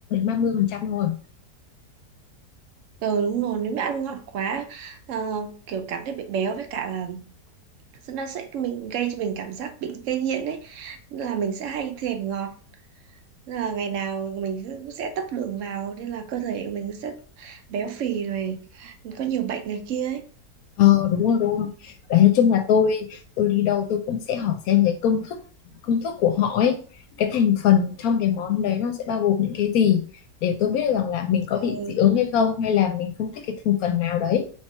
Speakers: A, on the left (about 70°); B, on the right (about 70°).
A: ba mươi phần trăm thôi
B: ừ đúng rồi nếu mà ăn ngọt quá ờ, kiểu cảm thấy bị béo với cả là nó sẽ mình gây cho mình cảm giác bị gây nghiện ấy Nên là mình sẽ hay thèm ngọt Nên là ngày nào mình cũng sẽ tấp đường vào nên là cơ thể của mình sẽ béo phì rồi có nhiều bệnh này kia ấy
A: Ờ đúng rồi đúng rồi. Đấy, nói chung là tôi tôi đi đâu tôi cũng sẽ hỏi xem cái công thức công thức của họ ấy cái thành phần trong cái món đấy nó sẽ bao gồm những cái gì để tôi biết được rằng là mình có bị
B: ừ,
A: dị ứng hay không hay là mình không thích cái thành phần nào đấy